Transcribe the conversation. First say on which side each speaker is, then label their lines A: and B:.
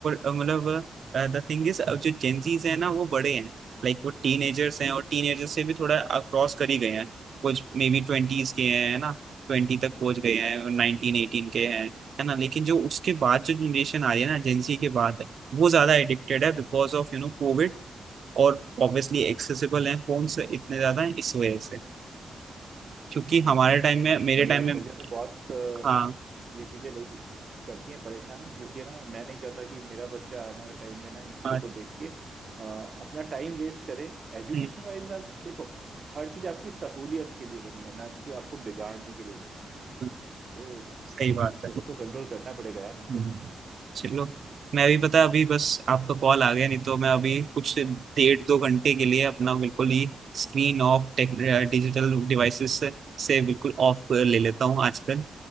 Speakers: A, on the right; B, on the right.
A: मतलब द थिंग इज अब जो जेंजीज है ना वो बड़े हैं लाइक वो टीनेजर्स हैं और टीनेजर्स से भी थोड़ा क्रॉस कर ही गए हैं कुछ मे बी ट्वेंटीज के हैं है ना ट्वेंटी तक पहुंच गए हैं और नाइनटीन एटीन के हैं है ना लेकिन जो उसके बाद जो जनरेशन आ रही है ना जेंजी के बाद वो ज्यादा एडिक्टेड है बिकॉज ऑफ यू नो कोविड और ऑब्वियसली एक्सेसिबल हैं फोन से इतने ज्यादा हैं इस वजह से क्योंकि
B: हम्म
A: हमारे टाइम में मेरे
B: नहीं
A: टाइम
B: यार
A: में
B: मुझे तो बहुत अ,
A: हाँ
B: ये चीजें लग- करती हैं परेशान क्योंकि ना मैं नहीं चाहता कि मेरा बच्चा आने वाले टाइम में ना इन चीजों
A: हाँ
B: को देख के अ, अपना टाइम वेस्ट करे एजुकेशन
A: हम्म,
B: वाइज आप देखो हर चीज आपकी सहूलियत के लिए बनी है ना कि आपको बिगाड़ने के लिए बनी
A: हम्म,
B: तो
A: सही बात
B: कुछ
A: है
B: तो कंट्रोल करना पड़ेगा यार हमको
A: हम्म। चलो मैं भी पता है अभी बस आपका कॉल आ गया नहीं तो मैं अभी कुछ डेढ़ दो घंटे के लिए अपना बिल्कुल ही screen off tech digital devices से से बिल्कुल ऑफ ले लेता हूँ आजकल